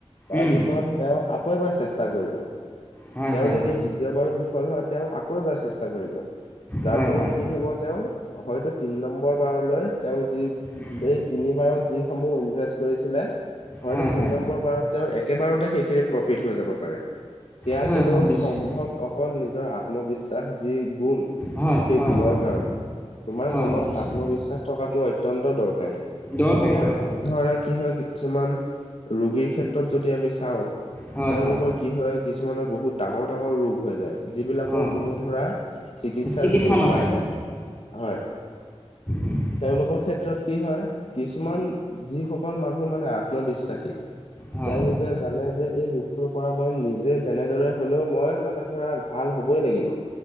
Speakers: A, on the left; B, on the left.
A: তাৰপিছত
B: উম,
A: তেওঁ আকৌ এবাৰ চেষ্টা কৰিব।
B: হয়,
A: তেওঁ
B: হয়,
A: যদি দ্বিতীয়বাৰো বিফল হয় তেওঁ আকৌ এবাৰ চেষ্টা কৰিব। যাৰ
B: হয়,
A: ফলত
B: হয়,
A: কি হব তেওঁৰ হয়তো তিন নম্বৰ বাৰলৈ তেওঁ যি
B: উম,
A: এই তিনিবাৰ ত যিসমূহ উ কৰিছিলে হয়তো
B: হয়,
A: তিন
B: হয়,
A: নম্বৰ বাৰত তেওঁ একেবাৰতে সেইখিনি প্ৰফিট হৈ যাব পাৰে। সেয়া
B: হয়,
A: কেৱল
B: হয়, নিশ্চয়,
A: সম্ভৱ অকল নিজৰ আত্মবিশ্বাস যি গুণ।
B: হয়,
A: সেই
B: হয়,
A: গুণৰ
B: হয়,
A: কাৰণে। তোমাৰ
B: হয়,
A: মনত
B: নিশ্চয়,
A: আত্মবিশ্বাস থকাটো অত্যন্ত দৰকাৰী।
B: দৰকাৰী,
A: এতিয়া
B: দৰকাৰী,
A: ধৰা কি হয় কিছুমান ৰোগীৰ ক্ষেত্ৰত যদি আমি চাওঁ
B: হয়,
A: তেওঁলোকৰ
B: হয়,
A: কি হয় কিছুমানৰ বহুত ডাঙৰ ডাঙৰ ৰোগ হৈ যায়। যিবিলাকৰ
B: হয়,
A: কোনো ধৰা চিকিৎসাৰ
B: চিকিৎসা
A: কোনো উপায়
B: নাথাকে,
A: নাই হয়।
B: উম,
A: তেওঁলোকৰ ক্ষেত্ৰত কি হয় কিছুমান
B: উম,
A: যিসকল মানুহ মানে আত্মবিশ্বাসী
B: হয়,
A: তেওঁলোকে জানে যে এই ৰোগটোৰ পৰা মই নিজে এনেদৰে হলেও মই মানে ধৰা ভাল হ'বই লাগিব।